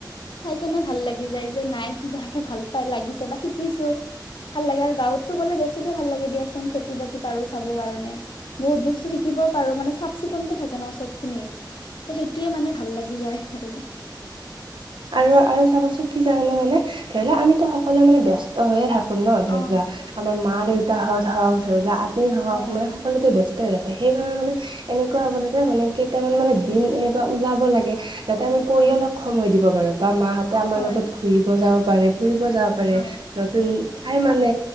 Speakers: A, on the left; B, on the right.
A: চাই কেনে ভাল লাগি যায় যে নাই কিবা এটা ভাল পাই লাগিছে বা শিকিছো ভাল লাগে আৰু গাঁৱতো গ'লে বেছিকে ভাল লাগে দিয়াচোন খেতি বাতি পাৰো চাবৰ কাৰণে বহুত বস্তু শিকিবও পাৰো মানে চাফ চিকুণকে থাকে ন চব খিনি ত সেইটোয়ে মানে ভাল লাগি যায় আৰু
B: আৰু আৰু চাবাচোন কি জানানে মানে ধৰি লও আমিতো সকলোৱে মানে বস্ত ত হৈয়ে থাকো ন
A: অ
B: ধৰি লোৱা আমাৰ মা দেউতাহত হওক ধৰি লোৱা আমি হওক
A: অ
B: মানে সকলো ব্যস্ত হৈ থাকে সেইবাবে মানে এনেকুৱা হ'ব লাগে মানে কেইটামানে দিন এনেকুৱা ওলাব যাতে আমি পৰিয়ালক
A: অ
B: সময় দিব পাৰো বা মাহতে আমাৰ
A: হয়
B: লগত ফুৰিব যাব পাৰে ফুৰিব যাব পাৰে
A: হয়
B: নতুন ঠাই মানে